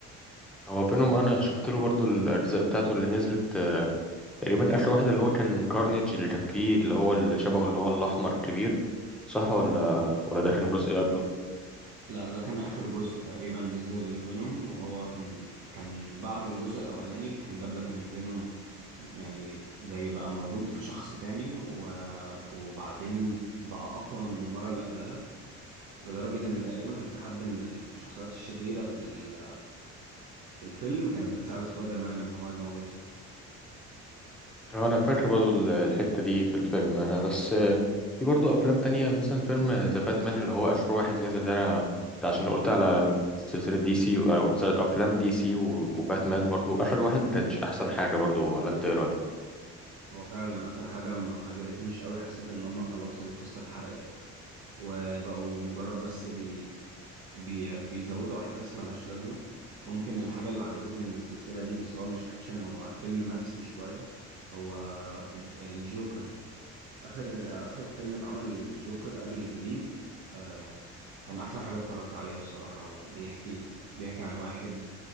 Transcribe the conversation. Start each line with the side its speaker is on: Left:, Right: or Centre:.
Centre: هو بينهم انا شفت له برضو الاجزاء بتاعته اللي نزلت آه، تقريبا اخر واحد اللي هو كان كارنيج اللي كان فيه اللي هو اللي شبهه اللي هو الاحمر الكبير صح ولا ولا ده كان جزء قبله
Right: لا ده كان آخر جزء تقريبا نزل فينوم وهو كان كان بعد الجزء الأولاني كان جاب لك إن فينوم يعني زي بقى موجود في شخص تاني و... وبعدين بقى أقوى من المرة اللي قبلها لدرجة إن تقريبا كان في حد من الشخصيات الشريرة في ال... في الفيلم كانت بتساعد سبايدر مان إن هو يموته
Centre: آه، انا فاكر برضو ال- الحتة دي في الفيلم انا بس آه، في برضو افلام تانية مثلا فيلم ذا باتمان اللي هو اخر واحد نزل ده انا ده عشان قلت على سلسلة دي سي و- او مسل- افلام دي سي و- وباتمان برضو اخر واحد ما كانتش احسن حاجة برضو ولا انت ايه رايك
Right: هو فعلا آخر حاجة ما عجبتنيش قوي حسيت إن هما خلاص القصة اتحرقت وبقوا مجرد بس بي بي... بيزودوا احداث ملهاش لازمه ممكن الحاجه اللي عجبتني من السلسله دي بس هو مش اكشن هو فيلم نفسي شويه هو الجوكر اخر اخر فيلم اتعمل للجوكر قبل الجديد آه... كان احسن حاجه اتفرجت عليها الصراحه بيحكي بيحكي عن واحد